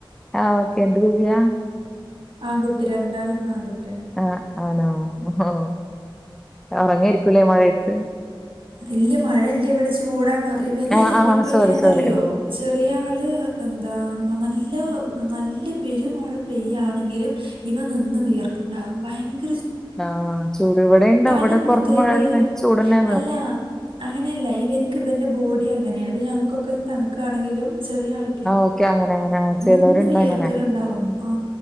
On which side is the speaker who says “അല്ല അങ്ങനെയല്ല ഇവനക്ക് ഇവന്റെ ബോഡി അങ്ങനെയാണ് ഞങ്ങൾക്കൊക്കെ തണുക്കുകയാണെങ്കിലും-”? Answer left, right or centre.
Right